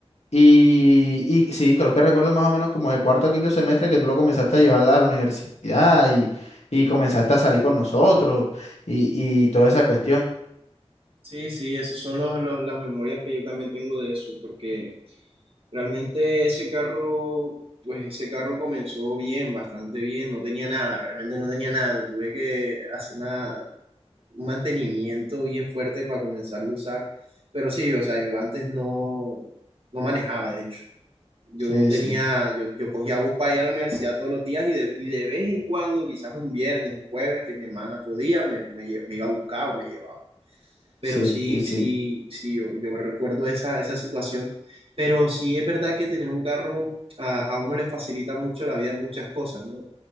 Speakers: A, on the left; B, on the right.
A: Y, y sí, creo que recuerdo más o menos como de cuarto a quinto semestre que tú lo comenzaste a llevar a la universidad y, y comenzaste a salir con nosotros y, y toda esa cuestión.
B: Sí, sí, esas son los, los- las memorias que yo también tengo de eso, porque realmente ese carro, pues ese carro comenzó bien, bastante bien, no tenía nada, realmente no tenía nada, tuve que hacer una, un mantenimiento bien fuerte para comenzarlo a usar. Pero sí, o sea, yo antes no, no manejaba, de hecho. Yo
A: Sí,
B: tenía,
A: sí,
B: yo, yo cogía bus para ir a la universidad todos los días y de, y de vez en cuando, quizás un viernes, un jueves, que mi hermana podía, me, me lle- me iba a buscar o me llevaba pero
A: sí,
B: sí,
A: y sí,
B: sí, sí, yo, yo me recuerdo esa, esa situación, pero sí es verdad que tener un carro a, a uno le facilita mucho la vida en muchas cosas, ¿no?